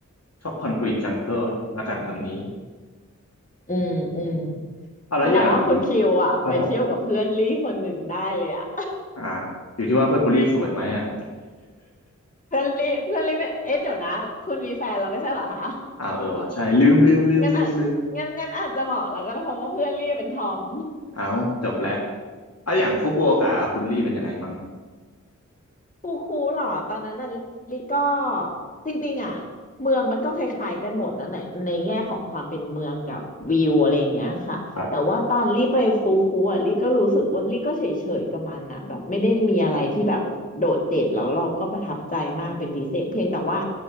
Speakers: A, on the left (about 55°); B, on the left (about 25°).
A: ชอบคอนกรีตจังเกิลละกันคำนี้
B: อืมอืม
A: เอาแล้วอย่าง
B: แสดงว่าคุณคิวอ่ะไปเที่ยวกับเพื่อนลี่คนหนึ่งได้เลยอ่ะ
A: ครับผมอ่าอยู่ที่ว่าเพื่อนคุณลี่สวยไหมอ่ะ
B: เพื่อนลี่เพื่อนลี่ไม่เอ๊ะเดี๋ยวนะคุณมีแฟนแล้วไม่ใช่เหรอคะ
A: <laughs> อ้าวเออว่ะใช่ลืมลืมลืมลืมลืม
B: งั้นอ่ะงั้นงั้นอาจจะเหมาะแล้วก็ได้เพราะว่าเพื่อนเรีบเป็นทอม
A: เอาจบแล้วเอาอย่างฟุกุโอกะคุณลี่เป็นยังไงมั่ง
B: ฟูคูเหรอตอนนั้นน่ะลิก็จริงๆอ่ะเมืองมันก็คล้ายๆกันหมดนะในในแง่ของความเป็นเมืองกับวิวอะไรอย่างเงี้ยค่ะแต่ว่าตอนลี่ไปฟูคูอ่ะลี่ก็รู้สึกว่าลี่ก็เฉยๆกับมันอ่ะแบบไม่ได้มีอะไรที่แบบโดดเด่นแล้วเราก็ประทับใจมากเป็นพิเศษเพียงแต่ว่า
A: ครับ